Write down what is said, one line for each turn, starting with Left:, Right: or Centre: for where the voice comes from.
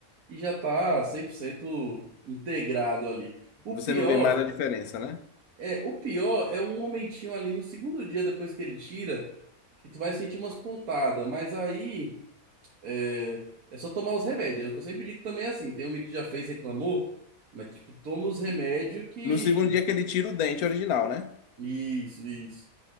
Right: e já tá 100% integrado ali. O
Left: Você
Right: pior
Left: não vê mais a diferença, né?
Right: É, o pior é um momentinho ali no segundo dia depois que ele tira, que tu vai sentir umas pontadas, mas aí é, é só tomar os remédios. É o que eu sempre digo também é assim, tem um amigo que já fez, reclamou, mas tipo, toma os remédios que...
Left: No segundo dia que ele tira o dente original, né?
Right: Isso, isso,